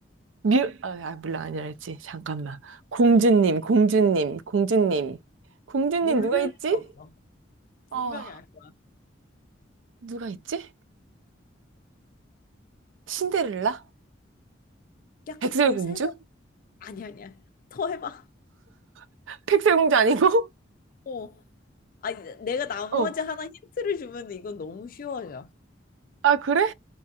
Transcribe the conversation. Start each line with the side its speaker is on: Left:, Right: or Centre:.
Right: 뮤, 아, 아, 몰라, 아니랄지. 잠깐만. 공주님, 공주님, 공주님.
Left: 어
Right: 공주님
Left: 모를
Right: 누가 있지?
Left: 리가 없어 분명히
Right: 어,
Left: 알 거야
Right: 누가 있지? 신데렐라?
Left: 약간
Right: 백설공주?
Left: 고세대 아니 아니야 더 해봐
Right: <laughs> 백설공주 아니고?
Left: 어 아니 내가 나머지
Right: 어.
Left: 하나 힌트를 주면 이건 너무 쉬워져
Right: 아, 그래?